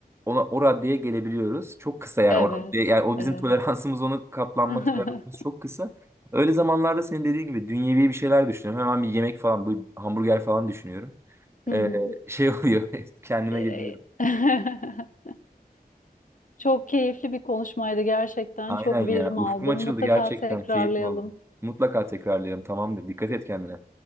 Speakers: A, on the right (about 15°); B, on the left (about 55°).
A: ona o raddeye gelebiliyoruz. Çok kısa yani
B: Evet.
A: o raddeye, yani o bizim
B: Evet.
A: toleransımız onu katlanma
B: <laughs>
A: toleransımız çok kısa. Öyle zamanlarda senin dediğin gibi dünyevi bir şeyler düşünüyorum. Hemen bir yemek falan bu hamburger falan düşünüyorum.
B: Hı
A: E,
B: hı.
A: şey oluyor <laughs> kendime
B: Ee,
A: geliyorum.
B: <laughs> Çok keyifli bir konuşmaydı gerçekten.
A: Aynen
B: Çok
A: ya.
B: verim
A: Ufkum
B: aldım.
A: açıldı
B: Mutlaka
A: gerçekten.
B: tekrarlayalım.
A: Keyifli oldu. Mutlaka tekrarlayalım. Tamamdır. Dikkat et kendine.